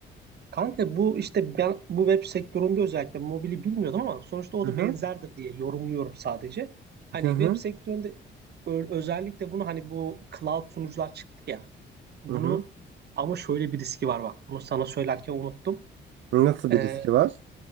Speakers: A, on the right; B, on the right.
A: Kanka bu işte ben bu web sektöründe özellikle mobili bilmiyordum ama sonuçta o
B: Hı
A: da
B: hı.
A: benzerdir diye yorumluyorum sadece. Hani
B: Hı hı.
A: web sektöründe ö- özellikle bunu hani bu cloud sunucular çıktı ya. Bunu
B: Hı hı.
A: ama şöyle bir riski var bak. Bunu sana söylerken unuttum.
B: Nasıl bir
A: Ee,
B: riski var?